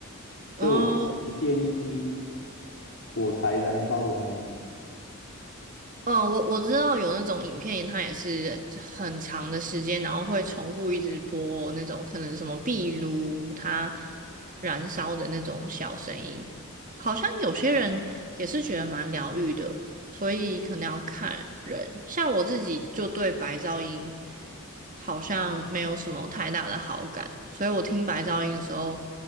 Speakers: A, on the left; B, on the right.
A: 所以我不不建议听
B: 哦，
A: 火柴燃烧的声音。
B: 嗯，我我知道有那种影片，它也是很长的时间，然后会重复一直播那种可能什么壁炉它燃烧的那种小声音，好像有些人也是觉得蛮疗愈的，所以可能要看人。像我自己就对白噪音好像没有什么太大的好感，所以我听白噪音的时候